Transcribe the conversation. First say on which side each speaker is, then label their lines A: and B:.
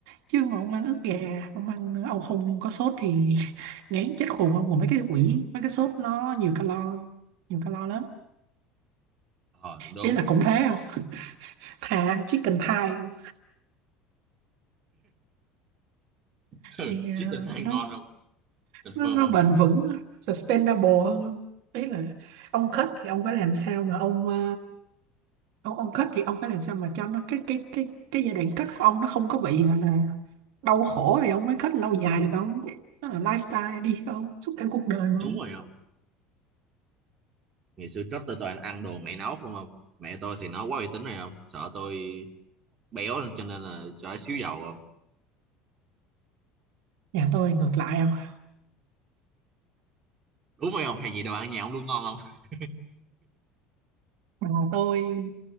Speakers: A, on the right (about 70°); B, on the right (about 35°).
A: chứ mà ông ăn ức gà ông ăn ông không có sốt thì <laughs> ngán chết khùng ông mà mấy cái quỷ mấy cái sốt nó nhiều calo nhiều calo lắm
B: ờ à, đúng đúng
A: ý là cũng thế không thà ăn chicken thigh không
B: <laughs>
A: Mẹ,
B: chứ thịt than
A: nó
B: ngon không confirm
A: nó, nó
B: không
A: bền vững sustainable hơn không ý là ông kết thì ông phải làm sao mà ông ờ, ông ông kết thì ông phải làm sao mà cho nó cái cái cái cái giai đoạn kết của ông nó không có bị gọi là đau khổ thì ông mới kết lâu dài được không nó là lifestyle đi không suốt cả cuộc đời mà
B: đúng
A: không
B: rồi không ngày xưa trước tôi toàn ăn đồ mẹ nấu không không mẹ tôi thì nó quá uy tín rồi không sợ tôi béo nên- cho nên là cho xíu dầu không
A: nhà tôi ngược lại không
B: đúng rồi không hay gì đồ ăn nhà ông luôn ngon không <laughs>
A: bà tôi